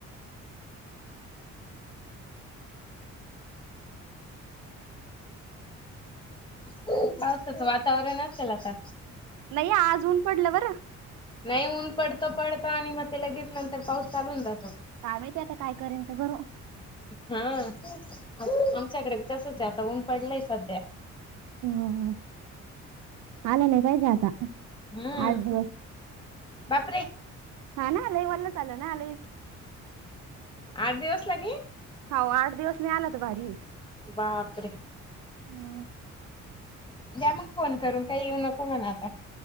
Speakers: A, on the left; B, on the right.
A: पावतत वातावरण असेल तर.
B: नाही आज ऊन पडलं बरं
A: नाही ऊन पडत पडत आणि मग तेव. तर पाऊस लून जातो.
B: का मा ते आता काय करेन तर कररू..
A: हा आमच्याकडे तसच आहे आता ऊन पडलंय सध्या..
B: हम्. आलं नाही पाहिजे आता
A: हम्म
B: आठ दिवस..
A: बापरे.
B: हा ना आले वल्ल आलं त..
A: आठ दिवस लागेल.
B: हो आठ दिवस नाही आलात भारी..
A: बापरे.
B: आहे
A: द्या मग फोन करून काही येऊ नको म्हणा आता..